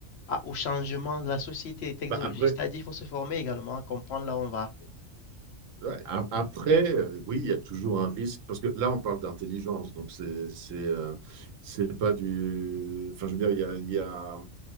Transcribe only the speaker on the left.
à- au changement de la société et technologie.
C'est-à-dire, il faut se former également, comprendre là où on va.